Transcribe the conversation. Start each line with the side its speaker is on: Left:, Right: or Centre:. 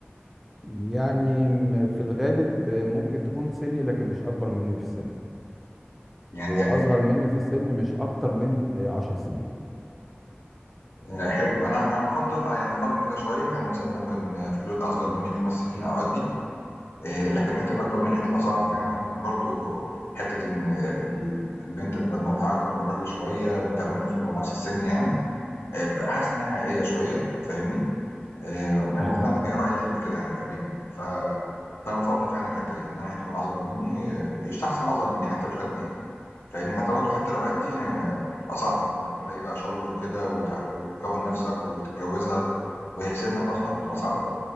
Centre: يعني م- في الغالب ممكن تكون سني لكن مش اكبر مني في السن
Left: يعني
Centre: هو
Left: ي
Centre: اصغر مني في السن مش اكتر من آه، عشر سنين
Left: آآ حلو، أنا أنا بافضّل آه، يعني أقل من كده شوية، يعني مثلًا ممكن آه، في حدود أصغر منّي ب5 سنين أو قدّي. آه، لكن حته اكبر مني هتبقى صعبه
Centre: تمام.
Left: فعلا لان برضو حته ان آه، البنت تبقى دماغها اكبر من الراجل شويه والكلام ده في- لو نفس السن يعني آه، حاسس ان هي حقيقيه شويه فاهمني آه، يعني
Centre: ايوه
Left: مقتنع بيها راي العلم كده يعني تقريبا يعني ف فانا بفضل فعلا الحته دي ان انا هي تكون اصغر مني آه، يستحسن اصغر مني حتى مش قدي يعني فاهمني حتى برضه حتى لو قدي يعني آه، بتبقى صعبه انك تلاقي بقى شغل وكده وت- وتكون نفسك وتتجوزها وهي في سنك أصلًا فتبقى صعبة أوي،